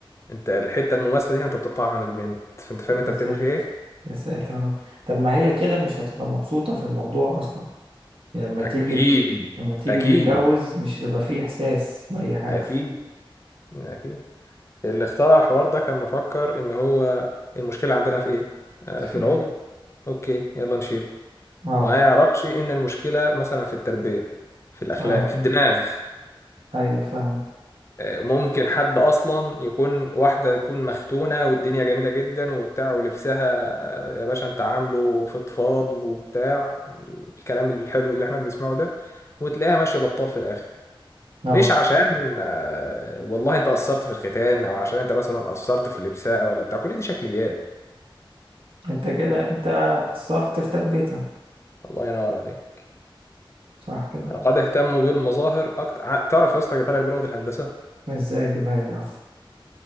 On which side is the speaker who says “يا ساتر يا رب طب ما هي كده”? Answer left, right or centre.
Right